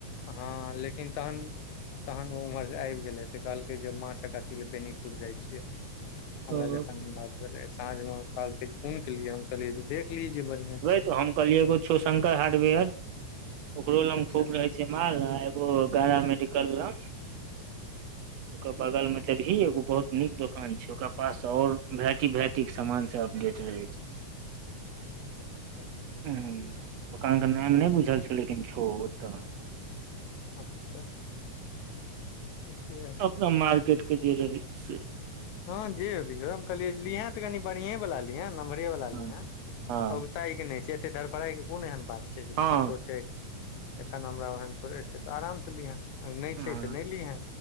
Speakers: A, on the left; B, on the right.
A: हँ लेकिन तहन तहन ओम्हर से आब गेलै तऽ कहलकै जे माछक अथी लए बेनीपुर जाइ छियै हमरा
B: ओ
A: जखन बात भेलै साँझ मे क़हलके हुन क लियए हम कहलियै जे देखलिय जे बढ़िया
B: तो हम कहलियै एगो छो शंकर हार्डवेयर ओकरो लंग
A: अच्छा
B: खूब रहै जमाल एगो गारा मेडिकल लअ
A: <inaudible>
B: ओकर बगल मे जोभही एगो बहुत नीक दुकान छै ओकरा पास और भेराटी भेराटी ठिक सामान सब अपडेट रहै छै
A: <unintelligible>
B: हुँ दोकान के नाम नहि बुझल छ लेकिन छौ ओतऽ
A: अच्छा ठीके छै
B: अपना मार्केटके जे रहै से
A: हँ जेभी हो हम कहलियै लिहे तऽ कनि बढ़ियए वला लिहे नम्हरे वाला
B: हँ
A: लिहे
B: हँ
A: बहु ताइ के नहि छै एते धरफड़ाई के कोन एहन बात छै जे
B: हँ
A: किछो छै एखन हमरा ओहन थोड़े छै तऽ आराम से लिहेँ नहि
B: हँ
A: छै तऽ नहि लीहे